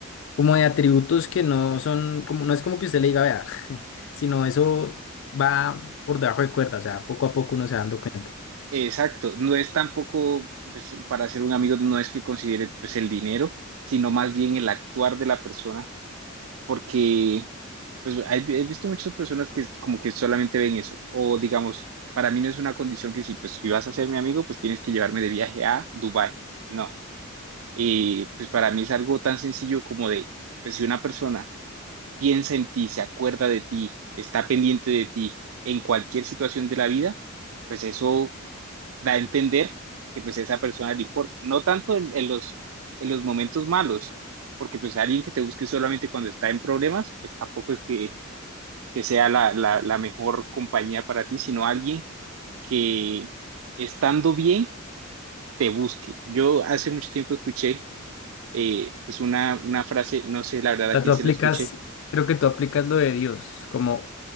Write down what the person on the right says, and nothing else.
exacto, no es tampoco, pues, para ser un amigo no es que considere, pues, el dinero, sino más bien el actuar de la persona, porque Pues hay- he visto muchas personas que como que solamente ven eso, o digamos, para mí no es una condición que si pues si vas a ser mi amigo, pues tienes que llevarme de viaje a Dubái. No. Y pues para mí es algo tan sencillo como de, pues si una persona piensa en ti, se acuerda de ti, está pendiente de ti en cualquier situación de la vida, pues eso da a entender que pues a esa persona le importa, no tanto en, en los en los momentos malos, porque pues alguien que te busque solamente cuando está en problemas, pues tampoco es que que sea la, la, la mejor compañía para ti, sino alguien que estando bien te busque. Yo hace mucho tiempo escuché eh, pues una, una frase, no sé la verdad
a quién
se la escuché.